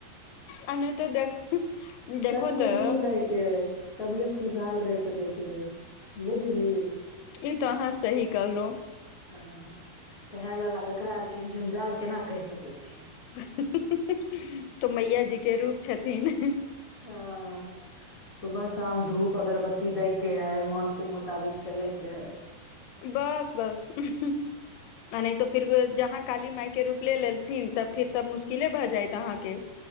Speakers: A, on the left (about 80°); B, on the left (about 25°).
A: आ नै तो देख देखो
B: सत्य से
A: तऽ
B: दूर रहिके तभिए खुशहा लऽ रहि सकै छै। बुझली
A: ई तऽ अहाँ सही कहलहुँ।
B: हँ तऽ हएह लेल आब एकरा आरके जंजाल केना कहि सकैत छी
A: हाहा तऽ मैया जी के रूप छथिन।
B: ह सुबह शाम धूप अगरबत्ती दै के है मोन के मुोताबिक चले के
A: बस बस हम्म आ न तऽ फिर जहाँ काली मायके रूप ले लेलथिन तऽ फिर तब मुश्किले भऽ जायत अहाँकेँ